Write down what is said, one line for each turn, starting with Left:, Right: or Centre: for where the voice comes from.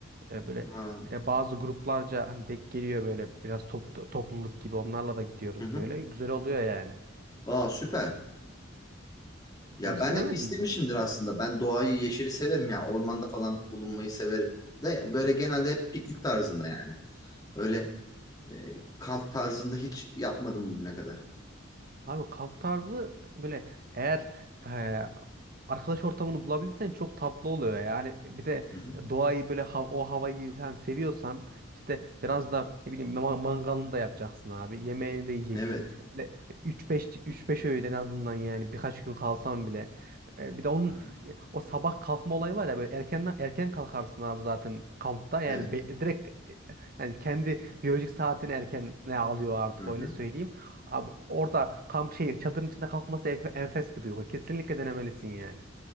Right: e, böyle
Left: Ha.
Right: e, bazı gruplarca hani denk geliyor böyle biraz top, topluluk gibi onlarla da gidiyoruz
Left: Hı hı.
Right: böyle. Güzel oluyor yani.
Left: Aa süper. Ya
Right: Sen hiç
Left: ben
Right: denemedin
Left: hep istemişimdir
Right: mi?
Left: aslında. Ben doğayı, yeşili severim ya. Ormanda falan bulunmayı severim. De böyle genelde hep piknik tarzında yani. Öyle e, kamp tarzında hiç yapmadım bugüne kadar.
Right: Abi kamp tarzı böyle eğer e, arkadaş ortamını bulabilirsen çok tatlı oluyor. Yani bir de
Left: Hı hı.
Right: doğayı böyle hav- o havayı falan seviyorsan işte biraz da ne bileyim ma- mangalını da yapacaksın abi. Yemeğini de yiyeceksin.
Left: Evet.
Right: Bir de 3-5 3-5 öğün en azından yani birkaç gün kalsan bile. E, bir de onun
Left: Hı hı.
Right: e, o sabah kalkma olayı var ya böyle erkenden erken kalkarsın abi zaten kampta. Yani
Left: Evet.
Right: be- direkt e, yani kendi biyolojik saatini erken ne alıyor artık
Left: Hı hı.
Right: öyle söyleyeyim. Abi orada kamp şey çadırın içinde kalkması enf- enfes bir duygu. Kesinlikle denemelisin yani.